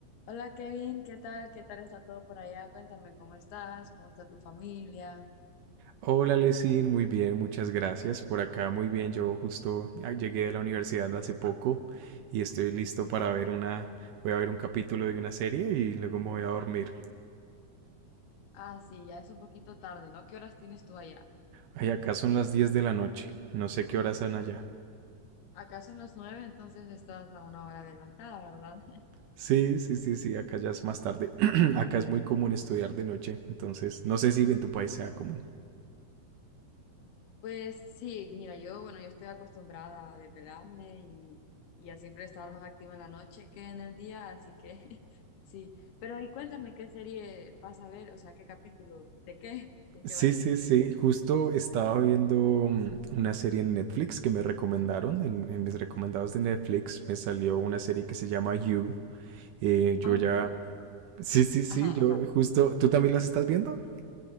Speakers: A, on the left; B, on the right.
A: Hola Kevin, ¿qué tal? ¿Qué tal está todo por allá? Cuéntame cómo estás, cómo está tu familia.
B: Hola, Lesin, muy bien, muchas gracias. Por acá, muy bien. Yo justo ah, llegué de la universidad hace poco y estoy listo para ver una. Voy a ver un capítulo de una serie y luego me voy a dormir.
A: Ah, sí, ya es un poquito tarde, ¿no? ¿Qué horas tienes tú allá?
B: Ay, acá son las 10 de la noche. No sé qué horas son allá.
A: Acá son las nueve, entonces estás a una hora adelantada, ¿verdad? <laughs>
B: Sí, sí, sí, sí, acá ya es más tarde. <clears throat> Acá es muy común estudiar de noche, entonces no sé si en tu país sea común.
A: Pues sí, mira, yo, bueno, yo estoy acostumbrada a desvelarme y, y a siempre estar más activa en la noche que en el día, así que <laughs> sí. Pero y cuéntame qué serie vas a ver, o sea, qué capítulo, de qué, de
B: Sí,
A: qué vas
B: sí,
A: a ver.
B: sí. Justo estaba viendo mm, una serie en Netflix que me recomendaron. En, en mis recomendados de Netflix me salió una serie que se llama You. Eh, yo
A: Ay,
B: ya...
A: no te quiero.
B: Sí, sí, sí.
A: Ajá,
B: Yo
A: ajá.
B: justo... ¿Tú también las estás viendo?